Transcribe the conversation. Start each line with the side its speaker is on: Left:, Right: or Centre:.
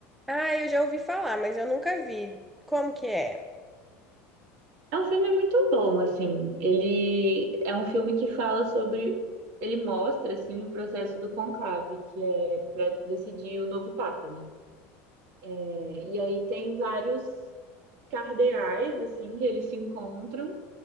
Centre: Ah, eu já ouvi falar, mas eu nunca vi. Como que é?
Right: É um filme muito bom, assim. Ele é um filme que fala sobre. Ele mostra, assim, o processo do conclave, que é para decidir o novo Papa, né? É, E aí tem vários cardeais, assim, que eles se encontram.